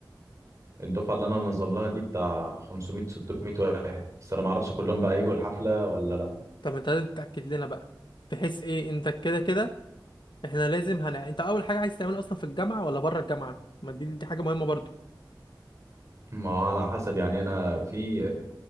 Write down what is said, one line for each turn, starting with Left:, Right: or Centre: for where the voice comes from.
Right: الدفعه اللي انا هنظم لها دي بتاع 500 600 واحد بس انا ما اعرفش كلهم بقى هيجوا الحفله ولا لا
Left: طب انت لازم تتأكد لنا بقى بحيث ايه انت كده كده احنا لازم هن... انت اول حاجه عايز تعمله اصلا في الجامعه ولا بره الجامعه ما دي دي حاجه مهمه برضو
Right: ما هو على حسب يعني انا في